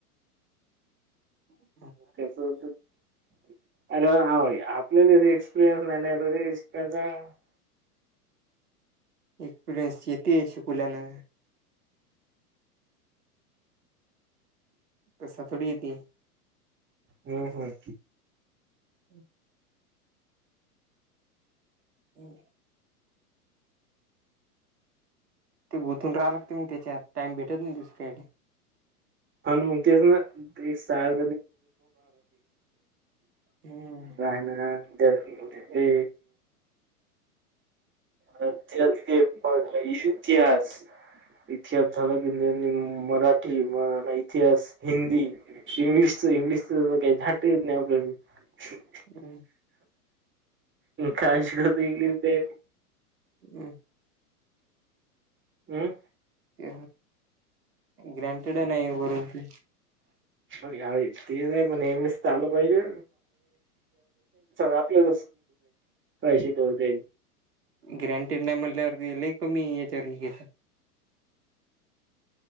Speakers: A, on the right; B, on the right.
A: ह
B: अर एक्सपीरयनस न इ
A: एक्सपिरियन्स येते शकुलान. तस थोडी येते.
B: हम् होम.
A: हम् हम् ते गुोथून राहा लागते मग त्याच्यात टाइम भेटत नाही दुसरीकडे..
B: हतेेच ना एक साहार
A: हम्
B: राह ते. अ ते प लश. इतिहास इतिहास झाला की त्यांनी मराठी मरा इतिहास हिंदी इंग्लिशच इंग्लिशच काही झाट येत नाही आपल्याला
A: हम्.
B: काशतल ते.
A: अ्.
B: हम्म
A: ते ग्रँटेड नाही वरून ते.
B: मग यावे ते नाही म नेहमीच आलं पाहिजे. आपल्या कशी ते होतई.
A: ग्रँटेड नाही म्हल्यावरतीले क मी याच्यावर घेत